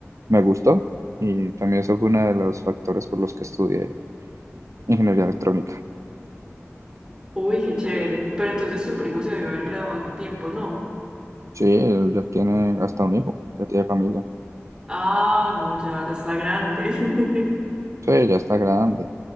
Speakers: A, on the right; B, on the right.
A: me gustó y también eso fue uno de los factores por los que estudié ingeniería electrónica.
B: Uy, qué chévere. Pero entonces su primo se debió haber graduado hace tiempo, ¿no?
A: Sí, él ya tiene hasta un hijo, ya tiene familia.
B: Ah, no, ya, ya está grande. <laughs>
A: Sí, ya está grande,